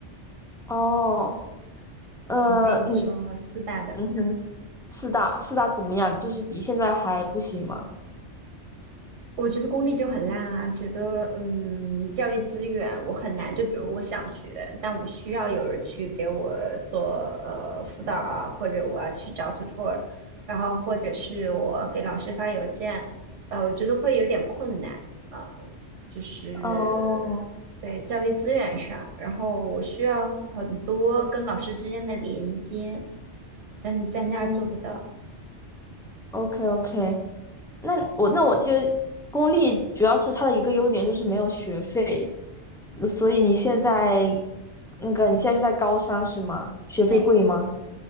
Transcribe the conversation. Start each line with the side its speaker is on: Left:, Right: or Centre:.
Centre: 哦，呃，
Right: 我跟你说，
Centre: 你，
Right: 四大的，
Centre: 嗯哼，四大，四大怎么样？就是比现在还不行吗？
Right: 我觉得公立就很烂啊，觉得嗯，教育资源我很难。就比如我想学，但我需要有人去给我做呃辅导啊，或者我要去找 tutor，然后或者是我给老师发邮件，呃，我觉得会有点困难。嗯、就是对教育资源上，
Centre: 哦，
Right: 然后我需要很多跟老师之间的连接，但在那儿做不到。
Centre: 嗯，OK OK，那我那我记得公立主要是它的一个优点就是没有学费，所以你现在那个你现在是在高三是吗？学费贵吗？
Right: 对。